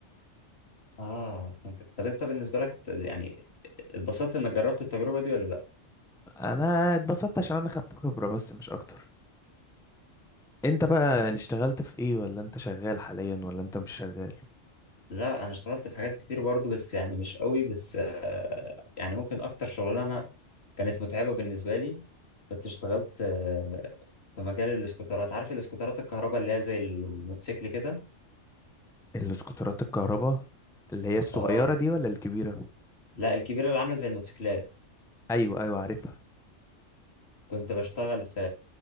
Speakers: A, on the left; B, in the centre.
A: اه فهمتك طب انت بالنسبه لك يعني اتبسطت انك جربت التجربه دي ولا لا
B: انا اتبسطت عشان انا خدت خبرة بس مش اكتر انت بقى يعني اشتغلت في ايه ولا انت شغال حاليا ولا انت مش شغال
A: لا انا اشتغلت في حاجات كتير برضو بس يعني مش قوي بس آه، يعني ممكن اكتر شغلانه كانت متعبه بالنسبه لي كنت اشتغلت آه، في مجال الاسكوترات عارف الاسكوترات الكهرباء اللي هي زي الموتوسيكل كده
B: الاسكوترات الكهرباء اللي هي الصغيرة
A: اه
B: دي ولا الكبيرة
A: لا الكبيره اللي عامله زي الموتوسيكلات
B: ايوه ايوه عارفها
A: كنت بشتغل في